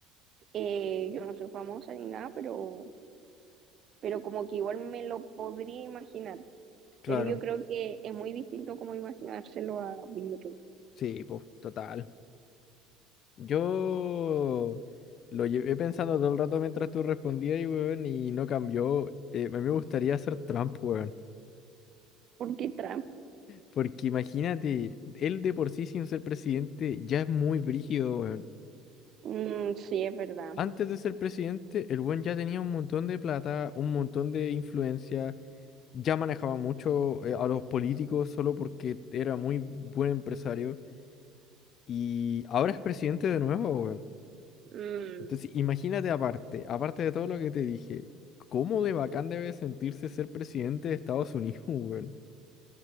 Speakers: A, on the right; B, on the left.
A: Eh, yo no soy famosa ni nada, pero, pero como que igual me lo podría imaginar.
B: Claro.
A: Pero yo creo que es muy distinto como imaginárselo a vivirlo.
B: Sí, pues, total. Yo lo llevé pensando todo el rato mientras tú respondías y, weón, y no cambió. Eh, a mí me gustaría ser Trump, weón.
A: Porque Trump,
B: Porque imagínate, él de por sí sin ser presidente ya es muy brígido, weón.
A: Mm, sí, es verdad.
B: Antes de ser presidente, el weón ya tenía un montón de plata, un montón de influencia, ya manejaba mucho eh, a los políticos solo porque era muy buen empresario. Y ahora es presidente de nuevo, weón.
A: Mm,
B: Entonces, imagínate aparte, aparte de todo lo que te dije, cómo de bacán debe sentirse ser presidente de Estados Unidos, <laughs> weón.